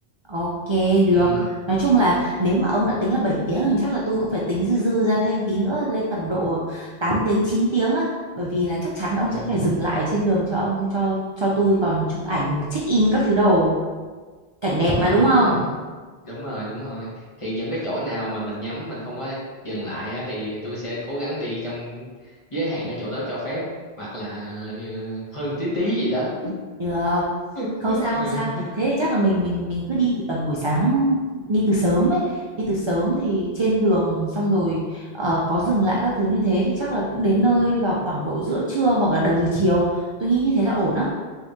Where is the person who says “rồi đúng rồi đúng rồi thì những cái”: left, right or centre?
Left